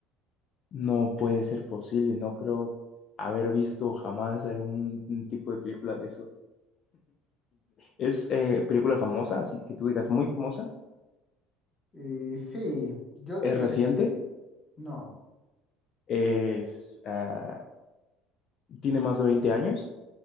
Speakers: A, on the left (about 45°); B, on the left (about 25°).
A: No puede ser posible, no creo haber visto jamás algún tipo de película de esos. ¿Es eh, película famosa, así que tú digas muy famosa?
B: Eh, sí, yo diría
A: ¿Es reciente?
B: que sí. No.
A: ¿Es, ah, tiene más de 20 años